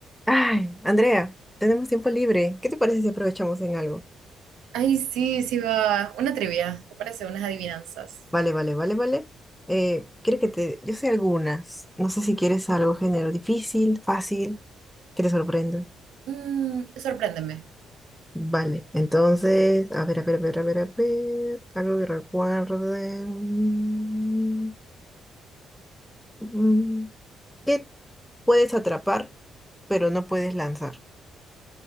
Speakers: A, in the centre; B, on the right.
A: Ay, Andrea, tenemos tiempo libre. ¿Qué te parece si aprovechamos en algo?
B: Ay, sí, sí va. Una trivia, ¿te parece? Unas adivinanzas.
A: Vale, vale, vale, vale. Eh, quiero que te... Yo sé algunas. No sé si quieres algo género difícil, fácil, que te sorprenda.
B: Mm, sorpréndeme.
A: Vale, entonces, a ver, a ver, a ver, a ver, a ver. Algo que recuerde. Mm, mm, ¿Qué puedes atrapar, pero no puedes lanzar?